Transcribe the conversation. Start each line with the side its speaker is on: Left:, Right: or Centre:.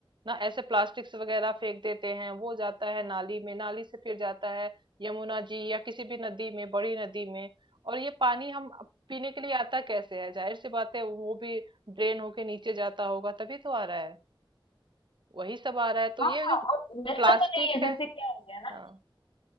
Right: ना ऐसे प्लास्टिक्स वगैरह फेंक देते हैं वो जाता है नाली में नाली से फिर जाता है यमुना जी या किसी भी नदी में बड़ी नदी में और ये पानी हम पीने के लिए आता कैसे है जाहिर सी बात है वो भी ड्रेन होके नीचे जाता होगा तभी तो आ रहा है वही सब आ रहा है तो
Left: हाँ
Right: ये
Left: हाँ
Right: जो
Left: और वैसा
Right: प्लास्टिक
Left: तो नहीं है
Right: है
Left: जैसे क्या हो गया ना
Right: हाँ